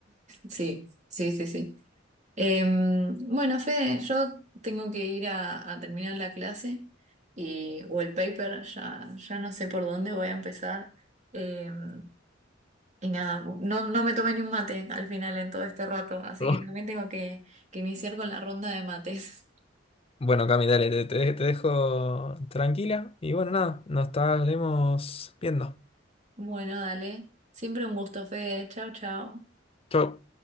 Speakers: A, on the right; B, on the left.
A: sí, sí, sí. sí. Em, bueno, Fede, yo tengo que ir a, a terminar la clase y, o el paper, ya, ya no sé por dónde voy a empezar. Em, y nada, no, no me tomé ni un mate al final en todo este rato, así
B: Oh.
A: que también tengo que, que iniciar con la ronda de mates. <laughs>
B: Bueno, Cami, dale, te, te te dejo tranquila y bueno, nada, nos estaremos viendo.
A: Bueno, dale. Siempre un gusto, Fede. Chao, chao.
B: Chau.